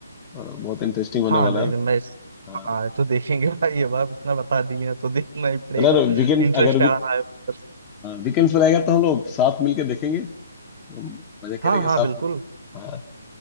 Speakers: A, on the left; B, on the right.
A: बहुत इंटरेस्टिंग होने
B: हाँ
A: वाला
B: नहीं
A: है
B: नहीं, मैं
A: हाँ,
B: हाँ ये तो देखेंगे भाई अब आप इतना बता दिए हैं तो देखना ही पड़ेगा
A: चलो वीकेंड
B: इंटरेस्ट
A: अगर
B: आ
A: वीक
B: रहा है मतलब
A: वीकेंड पर आएगा तो हम लोग साथ मिलके देखेंगे हम मजे करेंगे
B: हाँ हाँ
A: साथ
B: बिल्कुल
A: में हाँ